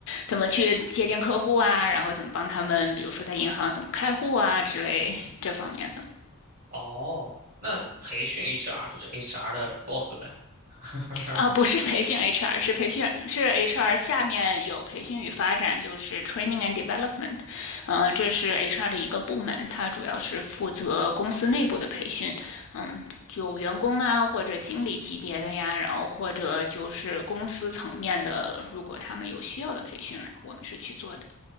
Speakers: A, on the left (about 60°); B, on the right (about 40°).
A: 怎么去接近客户啊，然后怎么帮他们，比如说在银行怎么开户啊之类这方面的。
B: 哦，那培训 HR 就是 HR 的 boss 呗。<laughs>
A: 啊，不是培训 HR，是培训是 HR 下面有培训与发展，就是 Training and Development，嗯、呃这是 HR 的一个部门，它主要是负责公司内部的培训，嗯，有员工啊或者经理级别的呀，然后或者就是公司层面的，如果他们有需要的培训，我们是去做的。